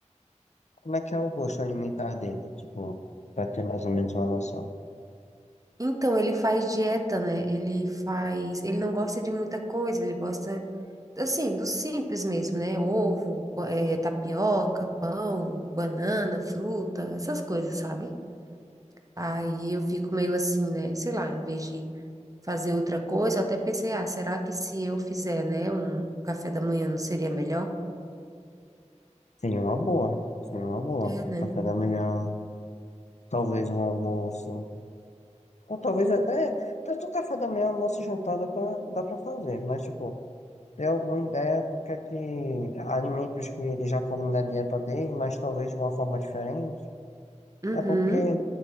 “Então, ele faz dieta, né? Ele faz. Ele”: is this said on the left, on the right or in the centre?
Right